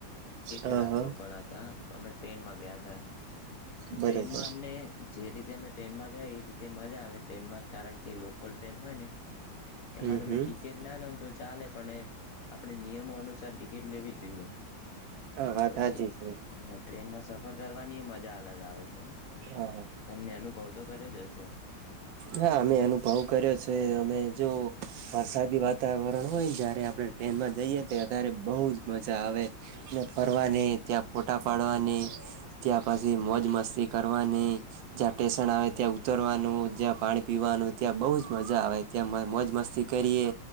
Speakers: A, on the left (about 55°); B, on the right (about 80°).
A: એક
B: હા હા
A: રાત
B: હા
A: રોકાણ હતા અમે ટ્રેનમાં ગયા હતા
B: બરોબર
A: ટ્રેનમાં અમને જે રીતે અમે ટ્રેનમાં ગયા એ રીતે મજા આવે ટ્રેનમાં કારણ કે કોલ ટ્રેન હોય ને એમાં
B: હમ
A: તમે
B: હમ
A: ટિકિટ ના લ લોને તો કાલ પણ આપણે નિયમો અનુસાર ટિકિટ લેવી જોઈએ
B: હા વાત
A: પછી
B: સાચી છે
A: ટ્રેનમાં સફર કરવાની એ મજા અલગ આવે છે હ
B: હા
A: તમને અનુભવ તો કર્યો જશેમ
B: હા અમે અનુભવ કર્યો છે અમે જો વરસાદી વાતાવરણ. હોય જયારે આપણે ટ્રેનમાં જઈએ. અત્યારે બહુ જ મજા આવે ને ફરવાની ત્યાં ફોટા પાડવાની ત્યાં પછી મોજ મસ્તી કરવાની જ્યાં સ્ટેશન આવે ત્યાં ઉતરવાનું જ્યાં પાણી પીવાનું ત્યાં બહુ જ મજા આવે ત્યાં મોજ મસ્તી કરીએ